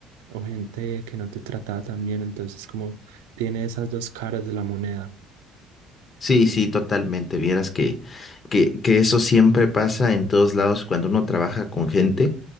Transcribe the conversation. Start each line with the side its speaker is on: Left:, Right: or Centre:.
Right: o gente que no te trataba tan bien, entonces como tiene esas dos caras de la moneda.
Left: Sí, sí, totalmente. Vieras que, que, que eso siempre pasa en todos lados cuando uno trabaja con gente.